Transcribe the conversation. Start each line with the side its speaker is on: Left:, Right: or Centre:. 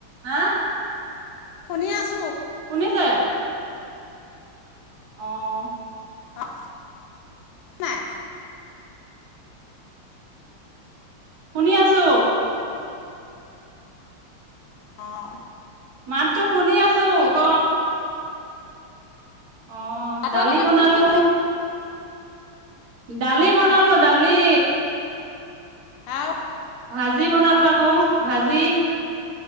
Right: হা।
Left: শুনি -আছো
Right: শুনিছে? অ '
Left: আহ নাই
Right: শুনি আছো।
Left: অ'
Right: মাতটো শুনি আছো
Left: কি
Right: ক' অ
Left: ভাতৰ
Right: 'দালি
Left: লগত
Right: বনালো
Left: কি কি বুলি
Right: দালি বনালো দালি।
Left: অহ'
Right: ভাজি বনালো আকৌ ভাজি।